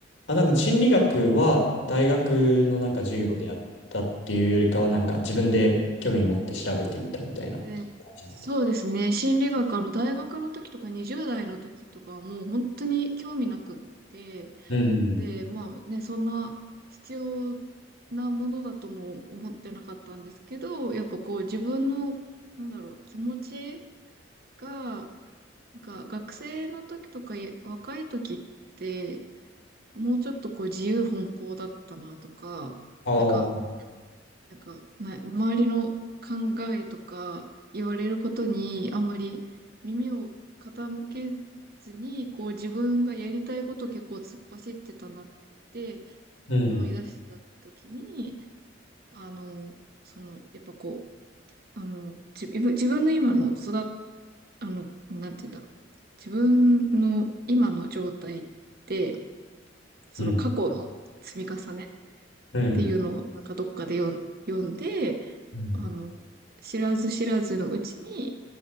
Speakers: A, on the left; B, on the right.
A: あ、なんか心理学は大学のなんか授業でやったっていうよりかは、なんか自分で興味持って調べてみたみたいな感じなんですか。
B: で、そうですね。心理学、あの、大学の時とか20代の時とかはもう本当に興味なくって、
A: うん。
B: で、まあね、そんな必要なものだとも思ってなかったんですけど、やっぱこう自分の、なんだろう、気持ちが、なんか学生の時とかい若い時って、もうちょっとこう自由奔放だったなとか、
A: ああ、
B: なんかなんか、な、周りの考えとか言われることにあんまり耳を傾けずに、こう自分がやりたいことを結構突っ走ってたなって
A: うん、
B: 思い出した時に、あの、その、やっぱこう、あの、自分、自分の今の育っ、あの、なんて言うんだろう。自分の今の状態って、その過去の積み重ねっ
A: うん、うん。
B: ていうのをなんかどっかで読ん読んで、
A: うん
B: あの、知らず知らずのうちに、